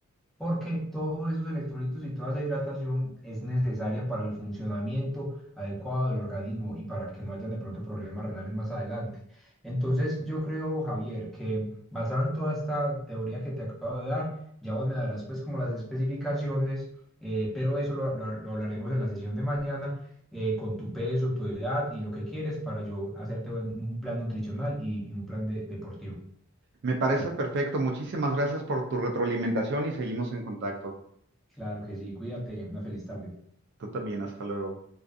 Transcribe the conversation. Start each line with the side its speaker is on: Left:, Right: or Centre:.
Centre: porque todos esos electrolitos y toda esa hidratación es necesaria para el funcionamiento adecuado del organismo y para que no hayan de pronto problemas renales más adelante. Entonces, yo creo, Javier, que basado en toda esta teoría que te acabo de dar, ya vos me darás pues como las especificaciones, eh, pero eso lo, lo- lo hablaremos en la sesión de mañana. eh, con tu peso, tu edad y lo que quieres para yo hacerte un un plan nutricional y, y un plan de- deportivo.
Right: Me parece perfecto. Muchísimas gracias por tu retroalimentación y seguimos en contacto.
Centre: Claro que sí, cuídate, una feliz tarde.
Right: Tú también, hasta luego.